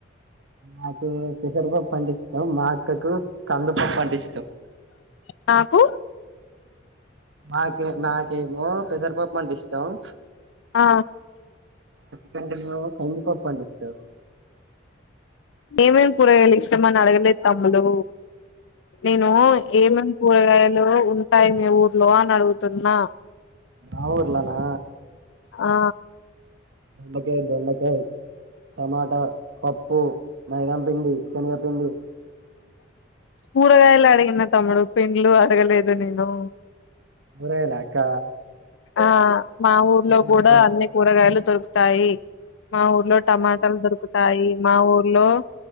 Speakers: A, on the right (about 70°); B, on the left (about 70°).
A: నాకు పెసరపప్పుటే ఇష్టం మా అక్కకు కందు పప్ అంటే ఇష్టం
B: నాకు
A: నాక నాకేమో పెసరపప్పు అంటే ఇష్టం లొ
B: ఆ
A: కొంచెం కందిపప్ అంటే ఇష్టం
B: ఏమేమి కురగాయాలు ఇష్టమని అడగలేదు తమ్ములు నేను ఏమేమి కూరగాయల్ ఉంటాయి మీ ఊర్లో అని అడుగుతున్నా
A: బమూఊర్లానా
B: ఆ
A: దొండకాయ దొండకాయ టమాటా పప్పు మైదాం పిండి శనగపిండి
B: కూరగాయలు అడిగిన తమ్ముడు పెండ్లు అడగలేదు నేను
A: కూరగాయలా అక్క
B: ఆ మా ఊర్లో
A: చికెన్
B: కూడా
A: ఉంటాయి
B: అన్ని కూరగాయలు దొరుకుతాయి మా ఊర్లో టమాటాలు దొరుకుతాయి మా ఊర్లో